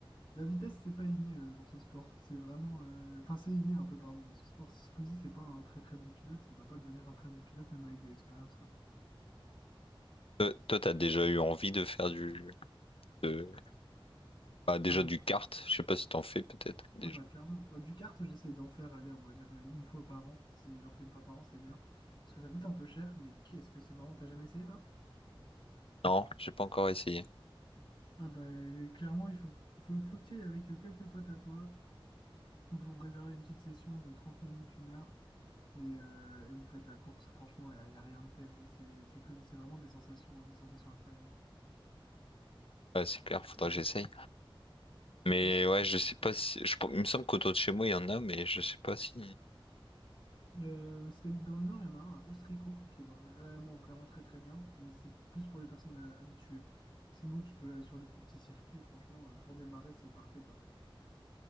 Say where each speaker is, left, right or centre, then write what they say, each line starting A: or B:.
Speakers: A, on the left; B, on the left.
A: La vitesse, c'est pas inné euh, dans ce sport. C'est vraiment. euh, Enfin, c'est inné un peu, pardon, dans ce sport. Si Squeezie, c'est pas un très très bon pilote, il va pas devenir un très bon pilote, même avec de l'expérience, quoi.
B: Euh, toi, t'as déjà eu envie de faire du, de- bah, déjà
A: Ah.
B: du kart. Je sais pas si t'en fais peut-être déjà.
A: Ah bah clairement. Bah, du kart, j'essaye d'en faire, allez, on va dire une, une fois par an. Si j'en fais une fois par an, c'est bien. Parce que ça coûte un peu cher, mais qu'est-ce que c'est marrant, t'as jamais essayé, toi?
B: Non, j'ai pas encore essayé.
A: Ah bah euh, clairement, il faut, il faut, faut que tu y ailles avec euh, quelques potes à toi. Vous vous réservez une petite session de 30 minutes, une heure, et, euh, et vous faites la course. Franchement, il n'y a, y a rien de tel. C'est c'est que, c'est vraiment des sensations, euh, des sensations incroyables.
B: Ouais, c'est clair, faudrait que j'essaye.
A: C'est
B: Mais
A: pas...
B: ouais, je sais pas si, je- il me semble qu'autour de chez moi, il y en a, mais je sais pas si.
A: euh, si t'habites dans le nord, il y en a un à Austricourt qui est vraiment, vraiment très, très bien, mais c'est plus pour les personnes euh, habituées. Sinon, tu peux aller sur des plus petits circuits, franchement, euh, pour démarrer, c'est parfait, quoi.